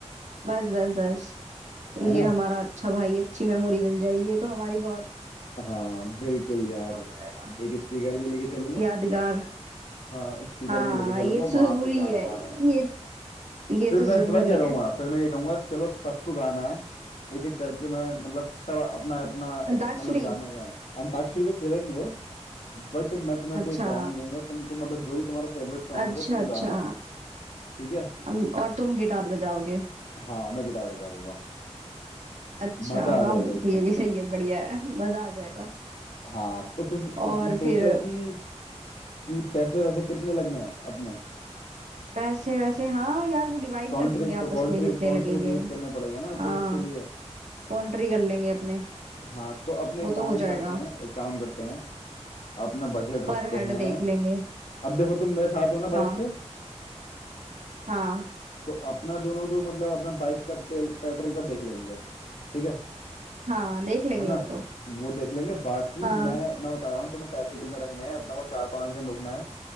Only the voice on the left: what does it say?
है
ना
हाँ बिल्कुल
यार
एक स्पीकर भी लेके चलूंगा
हाँ स्पीकर
भी लेके चलूंगा
वहां
पे गाने
वाने हैं
फिर
मैं
पता क्या कहूंगा
फिर मैं ये कहूंगा चलो सबको गाना है एक एक करके मैं मतलब सब अपना अपना एक,
मतलब गाने गाना अंताक्षरी तो खेलेंगे बट मैं तुम्हें
कोई सॉन्ग दूंगा तुमको मतलब जो भी तुम्हारा फेवरेट सॉन्ग
हो तुम
गाना ठीक है
हाँ मैं गिटार बजा दूंगा
मजा आ
जाएगा
एकदम
हाँ तो तुम तुम
सोचा
कि कि पैसे वैसे कितने लगने हैं अपने
कंट्री
को
कंट्री
कंट्रीब्यूट
करना पड़ेगा ना
फिर उसके लिए
हाँ तो अपने
एक
काम
करते हैं एक काम करते हैं अपना बजट रखते
हैं
अब देखो तुम मेरे साथ हो ना
बाइक पे
तो अपना दोनों दो मतलब अपना बाइक का तेल पेट्रोल का देख लेंगे ठीक है
है ना
वो देख लेंगे बाकी
मैं मैं बता रहा हूँ तुम्हें पैसे कितने रखने हैं अपना को चार पांच दिन रुकना है